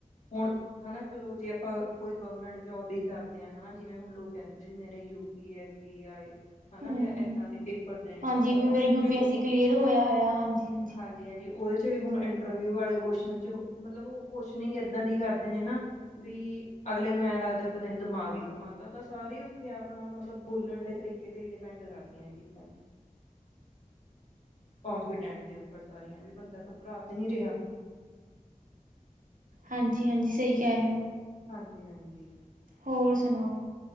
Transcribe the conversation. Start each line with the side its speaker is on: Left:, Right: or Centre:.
Left: ਹੋਣ ਹੈਨਾ ਚਲੋ, ਜੇ ਆਪਾਂ ਕੋਈ ਗੋਮੈਂਟ ਜੋਬ ਵੀ ਕਰਦੇ ਆਂ ਹੈਨਾ ਜਿਵੇਂ ਹੁਣ ਲੋਕ ਕੈਦੇ ਨੇ ਯੂਪੀਐਸ ਕੀ ਆਏ ਹਨਾ
Right: ਹੂੰ-ਹੂੰ
Left: ਜਾਂ ਐਦਾਂ ਦੇ ਪੇਪਰ ਦੇਣੇ
Right: ਹਾਂਜੀ
Left: ਨੇ ਉਨਾਂ
Right: ਮੇਰਾ
Left: ਦੇ ਵਿੱਚ
Right: ਯੂ
Left: ਵੀ
Right: ਪੀ
Left: ਦੇਖੋ
Right: ਐਸ ਸੀ ਕਲੀਅਰ ਹੋਇਆ ਹੋਇਆ ਹਾਂਜੀ-ਹਾਂਜੀ।
Left: ਹਾਂ ਜੀ ਹਾਂਜੀ ਓਦੇ ਚ ਵੀ ਹੁਣ ਇੰਟਰਵਿਊ ਵਾਲੇ ਕੋਸਨ ਚੋ ਮਤਲਬ ਓ ਕੋਸ਼ਨਿੰਗ ਐਦਾਂ ਦੀ ਕਰਦੇ ਨੇ ਨਾ ਬੀ ਅਗਲੇ ਨੂੰ ਐਂ ਲੱਗਦਾ ਵੀ ਪਤਾ ਨੀ ਦਿਮਾਗ ਈ ਕਮਾਤਾ ਤਾਂ ਸਾਰੇ ਈ ਉੱਥੇ ਆਪਣਾ ਮਤਲਬ ਬੋਲਣ ਦੇ ਤਰੀਕੇ ਤੇ ਈ ਡਿਪੈਂਡ ਕਰ ਨੇ ਏ ਚੀਜ਼ਾਂ। ਕੋਂਫੀਡੈਂਟ ਦੇ ਉੱਪਰ ਸਾਰੀਆਂ ਵੀ ਬੰਦਾ ਘਬਰਾ ਤਾਂ ਨੀ ਰਿਹਾ।
Right: ਹਾਂਜੀ-ਹਾਂਜੀ ਸਈ ਕੈ ਰੈ ਓ।
Left: ਹਾਂਜੀ-ਹਾਂਜੀ
Right: ਹੋਰ ਸੁਣਾਓ?